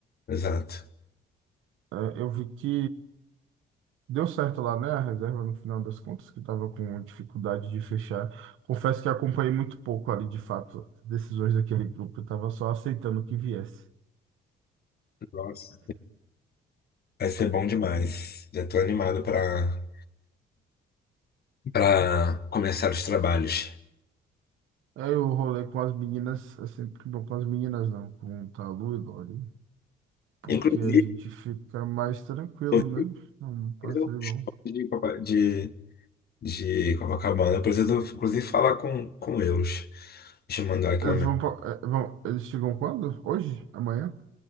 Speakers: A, on the left; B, on the right.
A: Exato.
B: É, eu vi que deu certo lá, né? A reserva, no final das contas, que estava com dificuldade de fechar. Confesso que acompanhei muito pouco ali, de fato, as decisões daquele grupo. Eu estava só aceitando que viesse.
A: Nossa. Vai ser bom demais. Já tô animado para para começar os trabalhos.
B: Aí eu rolei com as meninas, é sempre bom com as meninas, não, com Talu e Lori, porque
A: Inclusive,
B: a gente fica mais tranquilo,
A: eu
B: né? É um passeio
A: preciso
B: bom.
A: de, Copa- de, de Copacabana, eu preciso, inclusive, falar com, com eles. Deixa eu mandar aqui
B: Eles
A: uma
B: vão, pa- eh, vão, eles chegam quando? Hoje? Amanhã?